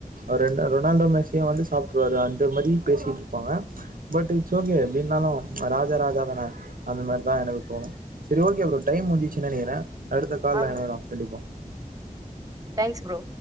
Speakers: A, on the right; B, on the right.
A: அது ரெண்டு ரொ னால்டோ மெஸ்ஸிய வந்து சாப்ட்டுருவாரு அந்த மாரி பேசிட்டுருப்பாங்க பட் இட்ஸ் ஓகே எப்டினாலு அ ராஜா ராஜாதான அந்த மாரிதா எனக்கு தோணு சரி ஓகே ப்ரோ டைம் முடிஞ்சிச்சு நெனைக்கிற அடுத்த கால்ல
B: ஆமா
A: எனையலா கண்டிப்பா
B: தேங்க்ஸ் ப்ரோ